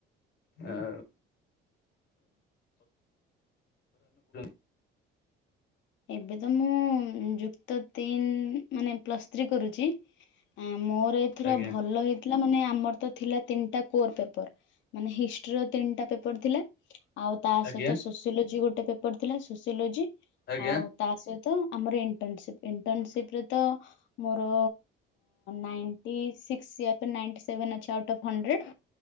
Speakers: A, on the left; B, on the left.
A: ଆ <unintelligible>
B: ଏବେ ତ ମୁଁ ଯୁକ୍ତ ତିନ ମାନେ ପ୍ଲସ୍ ଥ୍ରୀ କରୁଛି। ଏ ମୋର ଏଥର
A: ଆଜ୍ଞା
B: ଭଲ ହେ ଥିଲା ମାନେ ଆମର ତ ଥିଲା ତିନିଟା କୋର ପେପର ମାନେ ହିଷ୍ଟିର ତିନିଟା ପେପର ଥିଲା। ଆଉ ତା
A: ଆଜ୍ଞା
B: ସହିତ ସୋସିଓଲୋଜି ଗୋଟେ ପେପର ଥିଲା ସୋସିଓଲୋଜି।
A: ଆଜ୍ଞା
B: ଆଉ ତା ସହିତ ଆମର ଇଣ୍ଟନର୍ସିପ ଇଣ୍ଟର୍ନସିପ ରେ ତ ମୋର ନାଇନ୍ଟି ସିକ୍ସ ୟା ତ ନାଇନ୍ଟି ସେଭେନ ଅଛି ଆଉଟଅପ ହଣ୍ଡ୍ରେଡ଼୍।